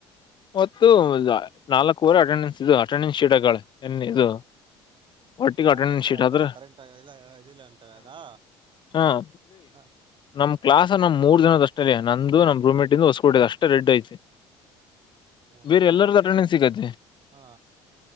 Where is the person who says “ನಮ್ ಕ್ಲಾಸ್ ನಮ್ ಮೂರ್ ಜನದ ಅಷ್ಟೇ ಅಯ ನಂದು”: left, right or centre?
Left